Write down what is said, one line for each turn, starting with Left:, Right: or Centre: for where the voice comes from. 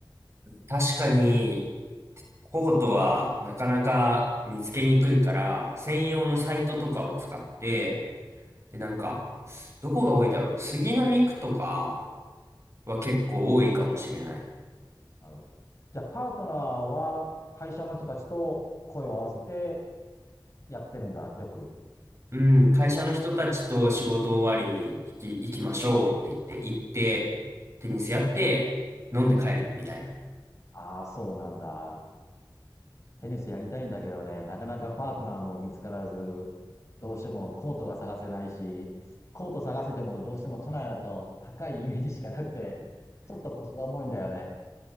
Right: 確かに、コートはなかなか見つけにくいから、専用のサイトとかを使って、で、なんか、どこが多いだろう。杉並区とかは結構多いかもしれない。
Left: なるほど。じゃあパートナーは会社の人たちと声を合わせてやってるんだ、よく。
Right: うん、会社の人たちと仕事終わりに行き、行きましょうって言って、行って、テニスやって、飲んで帰るみたいな。
Left: ああ、そうなんだ。テニスやりたいんだけどね、なかなかパートナーも見つからず、どうしてもコートが探せないし、コート探せてもどうしても都内だと高いイメージしかなくて、ちょっと腰が重いんだよね。